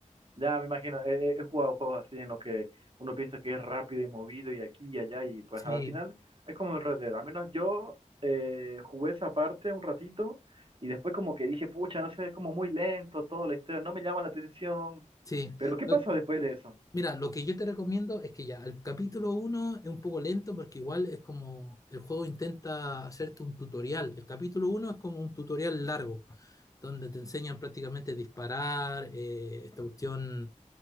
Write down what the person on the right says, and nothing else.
Ya me imagino, he, he- he jugado juegos así en los que uno piensa que es rápido y movido y aquí y allá y pues
al final es como el Red Dead. Al menos yo eh, jugué esa parte un ratito y después como que dije, pucha, no sé, es como muy lento todo la historia, no me llama la atención.
Pero ¿qué
pasa después de eso?